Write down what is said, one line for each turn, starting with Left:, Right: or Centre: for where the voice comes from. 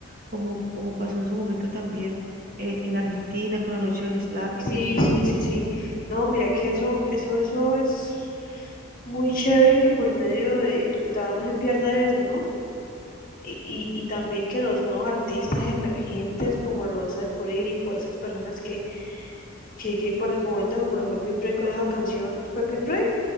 Right: Como, como pasó en su momento también eh, en Argentina con la Noche de los Lápices.
Left: Sí, sí, sí, sí. No, mira que eso, eso, eso es muy chévere que por medio de que todavía no se pierda eso, ¿no? y, y también que los nuevos artistas emergentes como los alcohólicos, esas personas que, que, que bueno, en el momento como lo fue Pink Floyd con esa canción, ¿fue Pink Floyd?